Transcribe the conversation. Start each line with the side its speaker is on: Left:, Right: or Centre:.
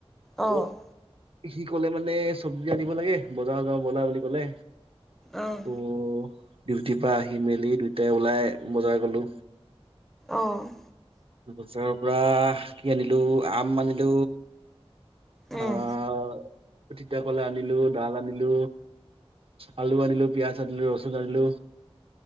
Centre: অ'।
Right: ত' সি ক'লে মানে চব্জি আনিব লাগে বজাৰ যাওঁ বলা বুলি ক'লে।
Centre: অ'।
Right: ত' ডিউটিৰ পৰা আহি মেলি দুইটাই ওলাই বজাৰ গ'লো।
Centre: অ'।
Right: বজাৰ পৰা কি আনিলো আম আনিলো
Centre: উম
Right: অ' তিতাকলা আনিলো, ডাল আনিলো আলু আনিলো, পিঁয়াজ আনিলো, ৰচুন আনিলো।